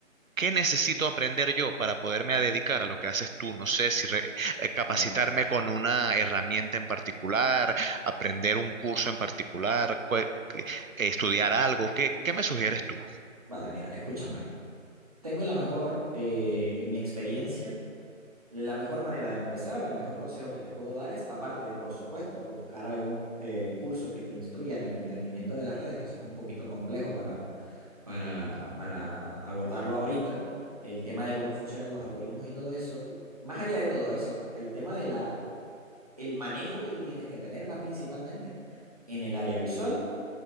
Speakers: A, on the right; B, on the right.
A: qué necesito aprender yo para poderme a dedicar a lo que haces tú. No sé si re- eh, capacitarme
B: Ok.
A: con una herramienta en particular, aprender un curso en particular, cue- eh, estudiar algo. ¿Qué, qué me sugieres tú?
B: Vale, mira, escúchame. Tengo la mejor, eh, en mi experiencia, la mejor manera de empezar, el mejor consejo que te puedo dar es, aparte de, por supuesto, buscar algún eh, curso que te instruya en el entendimiento de las redes, que eso es un poquito complejo para, para, para abordarlo ahorita, el tema de cómo funcionan los algoritmos y todo eso. Más allá de todo eso, el tema de la el manejo que tú tienes que tener va principalmente en el área visual